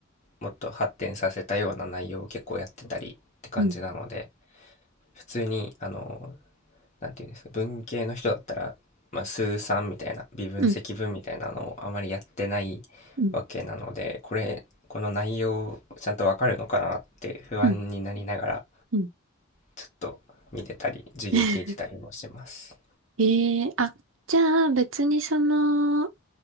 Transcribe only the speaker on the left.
もっと発展させたような内容を結構やってたりって感じなので
普通にあのなんていうんですか文系の人だったら、まあ、数三みたいな微分積分みたいなのをあまりやってない
わけなのでこれこの内容ちゃんとわかるのかなって不安になりながら
ちょっと見てたり授業聞いてたりもしてます。